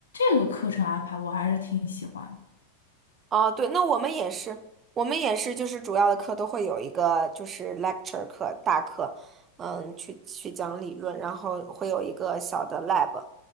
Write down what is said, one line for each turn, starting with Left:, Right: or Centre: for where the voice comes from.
Left: 这个课程安排我还是挺喜欢的
Right: 哦，对，那我们也是，我们也是，就是主要的课都会有一个就是 lecture 课大课，嗯，去去讲理论，然后会有一个小的 lab，